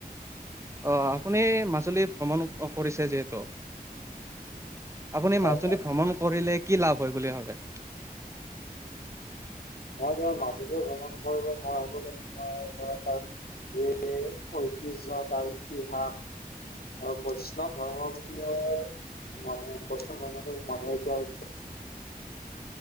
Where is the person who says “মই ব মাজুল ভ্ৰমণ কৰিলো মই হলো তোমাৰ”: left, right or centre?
Left